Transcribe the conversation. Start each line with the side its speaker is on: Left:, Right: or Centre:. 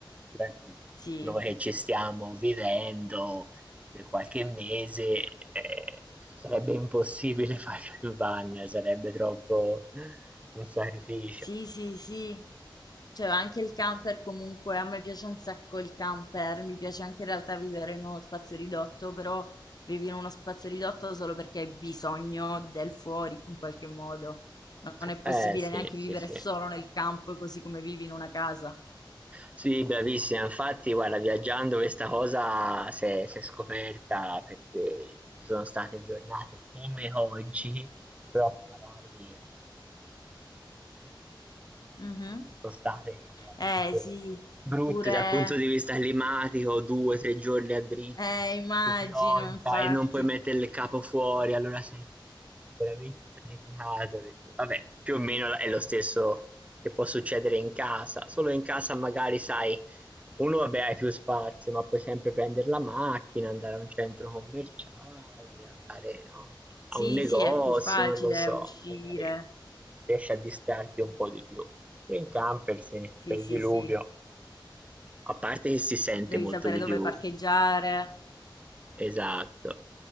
Right: Però ecco,
Left: Sì,
Right: noi che ci stiamo vivendo per qualche mese, ehm, sarebbe impossibile <laughs> farlo in van, sarebbe troppo un sacrificio.
Left: sì, sì, sì. Cioè, anche il camper comunque, a me piace un sacco il camper, mi piace anche in realtà vivere in uno spazio ridotto, però vivi in uno spazio ridotto solo perché hai bisogno del fuori in qualche modo. Non è possibile
Right: Eh sì,
Left: neanche
Right: sì,
Left: vivere
Right: sì.
Left: solo nel campo così come vivi in una casa.
Right: Sì, bravissima. Infatti, guarda, viaggiando questa cosa s'è s'è scoperta perché ci sono state giornate come oggi, però che magari appunto eh,
Left: Mhm.
Right: sono state veramente
Left: Eh sì,
Right: brutte
Left: pure,
Right: dal punto di vista climatico, 2, 3 giorni a dritto
Left: eh, immagino,
Right: di pioggia
Left: infatti.
Right: e non puoi mettere il capo fuori, allora sei veramente sacrificato perché vabbè, più o meno è lo stesso che può succedere in casa, solo in casa magari sai, uno vabbè hai più spazio, ma puoi sempre prendere la macchina, andare a un centro commerciale, andare, no,
Left: Sì,
Right: a un negozio,
Left: sì, è più facile
Right: non lo so,
Left: uscire.
Right: magari riesci a distrarti un po' di più. Sì, In camper, sì,
Left: Sì,
Right: c'è il
Left: sì,
Right: diluvio.
Left: sì.
Right: A parte che si sente
Left: Devi
Right: molto
Left: sapere
Right: di
Left: dove
Right: più,
Left: parcheggiare.
Right: esatto.